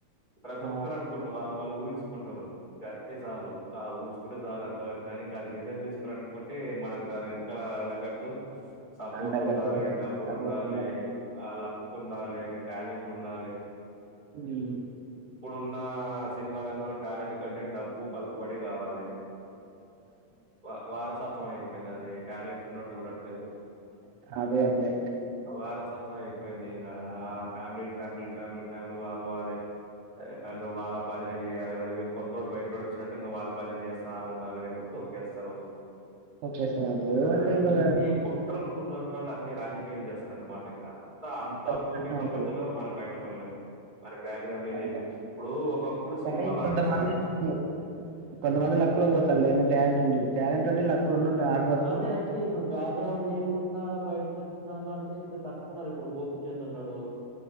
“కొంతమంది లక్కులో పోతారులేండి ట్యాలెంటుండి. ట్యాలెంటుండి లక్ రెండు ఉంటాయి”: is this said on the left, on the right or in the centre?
Right